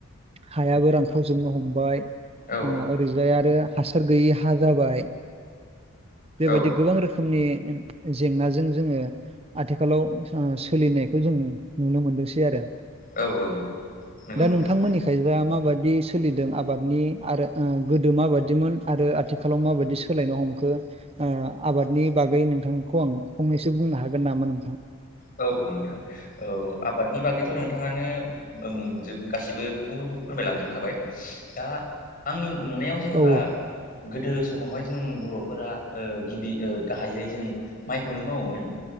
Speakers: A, on the right (about 30°); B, on the left (about 40°).
A: हायाबो रानख्रावजोबनो हमबाय
B: औ
A: ओरैजाय आरो हासार गैयि हा जाबाय बेबायदि
B: औ
A: गोबां रोखोमनि जेंनाजों जोंङो आथिखालाव सोलिनायखौ जों नुनो मोनदोंसै आरो।
B: औ नंगौ
A: दा
B: नोंथां
A: नोंथांमोननि खै जा माबायदि सोलिदों आबादनि आरो गोदो माबादिमोन आरो आथिखालाव माबायदि सोलायनो हमखो आबादनि बागै नोंथां खौ आं फंनैसो बुंनो हागोन नामा नोंथां।
B: औ औ नोंथां औ आबादनि बागैथ' नोंथाङानो अम जोब गासिबोखौ फोरमायलांजोबखाबाय दा आंनि नुनायाव जेनेबा
A: औ
B: गोदो समावहाय जों बर'फोराओ गिबि गाहायै जों माइखौनो मावोमोन